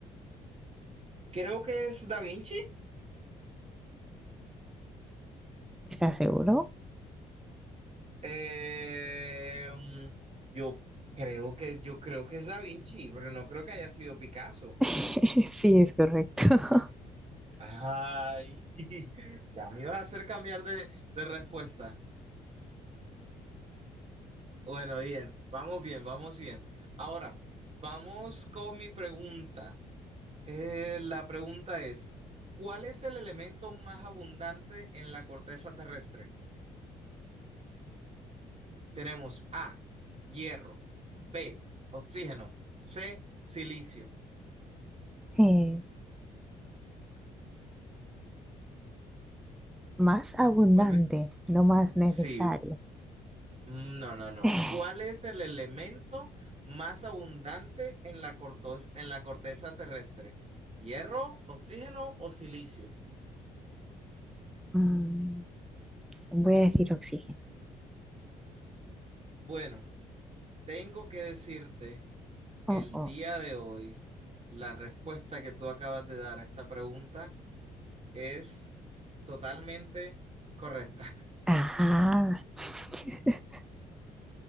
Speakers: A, on the right; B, in the centre.
A: creo que es Da Vinci.
B: ¿Estás seguro?
A: Eh, mm, yo creo que, yo creo que es Da Vinci, pero no creo que haya sido Picasso.
B: <laughs> Sí, es correcto. <laughs>
A: Ay, <laughs> ya me ibas a hacer cambiar de, de respuesta. Bueno, bien, vamos bien, vamos bien. Ahora, vamos con mi pregunta. Eh, la pregunta es, ¿cuál es el elemento más abundante en la corteza terrestre? Tenemos A, hierro, B, oxígeno, C, silicio.
B: Eh, más abundante,
A: Vuelve-
B: no más necesario.
A: Sí, Mm, No, no, no.
B: <laughs>
A: ¿Cuál es
B: <sighs>
A: el elemento más abundante en la corto- en la corteza terrestre? ¿Hierro, oxígeno o silicio?
B: Mm, voy a decir oxígeno.
A: Bueno, tengo que decirte que
B: Oh,
A: el
B: oh.
A: día de hoy la respuesta que tú acabas de dar a esta pregunta es totalmente correcta. <laughs>
B: Ajá. <laughs>